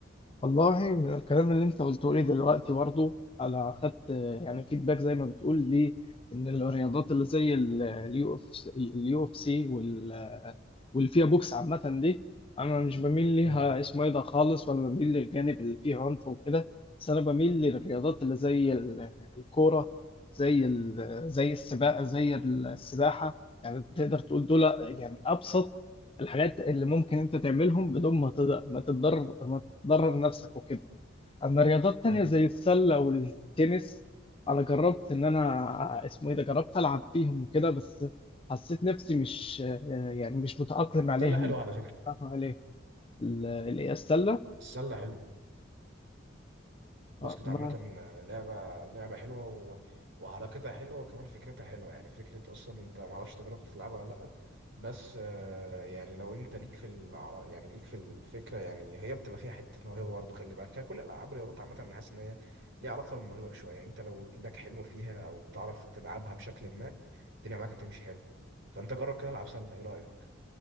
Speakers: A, on the left (about 30°); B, on the right (about 65°).
A: والله من الكلام اللي انت قلته لي دلوقتي برضه انا اخدت يعني فيدباك زي ما بتقول لي ان الرياضات اللي زي اليو اف سي اليو اف سي وال واللي فيها بوكس عامه دي انا مش بميل ليها
B: مم.
A: اسمه ايه ده خالص ولا بميل للجانب اللي فيه عنف وكده بس انا بميل للرياضات اللي زي ال- الكوره زي ال- زي السباقه زي السباحه يعني تقدر تقول دول يعني ابسط الحاجات اللي ممكن انت تعملهم بدون ما تض- ما تتضرر ضرر نفسك وكده اما رياضات تانية
B: مم.
A: زي السلة والتنس انا جربت ان انا اسمه ايه ده جربت العب فيهم وكده بس حسيت نفسي مش يعني مش متأقلم عليهم
B: السلة حلوة على فكرة
A: متأقلم عليه ال- ال- إيه، السلة
B: السلة حلوة
A: آه،
B: باسكت
A: ما
B: عامة آه، لعبة لعبة حلوة و... وحركتها حلوة وكمان فكرتها حلوة يعني فكرة أصلا أنت معرفش تجربت تلعبها ولا لأ بس آه، يعني لو أنت ليك في العر... يعني ليك في الفكرة يعني هي بتبقى فيها حتة موهبة برضه خلي بالك هي كل الألعاب الرياضات عامة أنا حاسس إن هي ليها علاقة بالموهبة شوية أنت لو إيدك حلوة فيها أو بتعرف تلعبها بشكل ما الدنيا معاك هتمشي حلو فأنت جرب كده العب سلة إيه رأيك؟